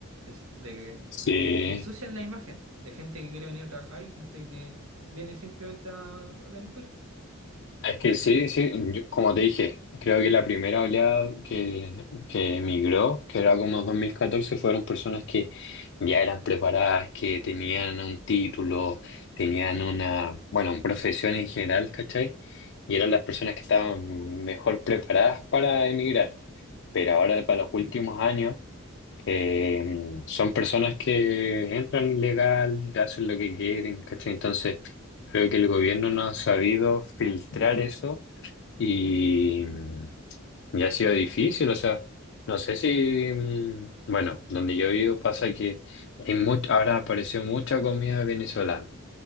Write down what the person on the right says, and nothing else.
Eso, de que
e igu- ensucian la imagen de gente que quiere venir a trabajar y gente que viene simplemente a, a delinquir.
Mm.